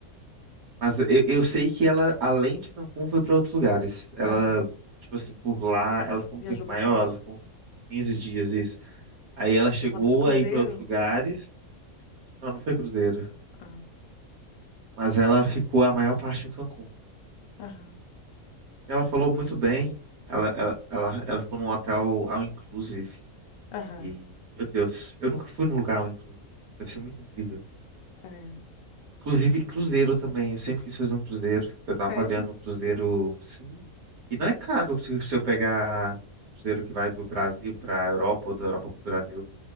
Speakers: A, on the right; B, on the left.
A: Mas eu, eu sei que ela, além de Cancún, foi para outros lugares. Ela,
B: aham.
A: tipo assim, por lá, ela ficou um
B: Viajou
A: tempo maior,
B: bastante.
A: ela ficou uns 15 dias, isso. Aí ela chegou
B: Ela fez cruzeiro?
A: a ir para outros lugares. Não, não foi cruzeiro.
B: ah
A: Mas ela ficou a maior parte em Cancún.
B: aham,
A: Ela falou muito bem. Ela, ela, ela, ela ficou num hotel all inclusive.
B: aham,
A: E, meu Deus, eu nunca fui num lugar all inclusive. Deve ser muito incrível.
B: é.
A: Inclusive cruzeiro também. Eu sempre quis fazer um cruzeiro. Eu
B: Sério?
A: tava olhando um cruzeiro, sim. E não é caro se, se eu pegar cruzeiro que vai do Brasil pra Europa ou da Europa pro Brasil.